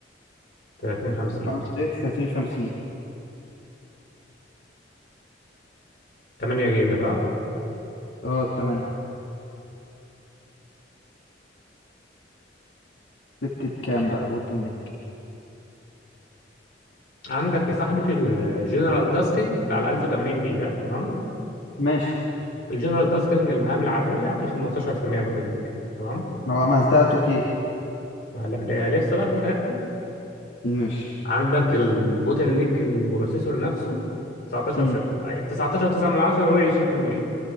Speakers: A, on the left; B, on the left.
A: تلاتين خمسين
B: اه 30 50
A: تمانية جيجا صح؟
B: اه 8 سكة كام بقى بوتل نيك
A: عندك يا صاحبي في الجنرال تاسكينج ده على ألف وتمانين بي ها تمام؟
B: ماشي
A: الجنرال تاسكينج المهام العادية في خمستاشر في المية بوتل نيك تمام؟
B: لو عملتها توكي
A: لا لا لسه بقى في حاجات تانية
B: ماشي
A: عندك البوتل نيك البروسيسور نفسه 19
B: امم
A: في 19 9 من 10 قول 20%